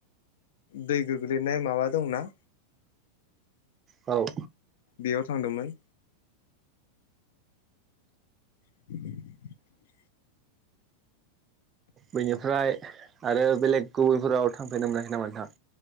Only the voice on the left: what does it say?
दै गोग्लैनाय माबा दंना
बेयाव थांदोंमोन। <inaudible>